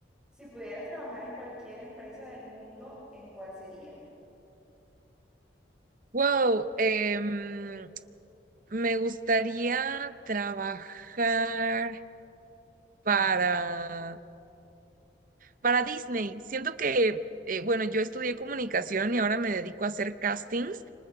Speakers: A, in the centre; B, on the right.
A: Si pudieras trabajar en cualquier empresa del mundo, ¿en cuál sería?
B: Wow, em, me gustaría trabajar para... Para Disney, siento que, eh, bueno, yo estudié comunicación y ahora me dedico a hacer castings.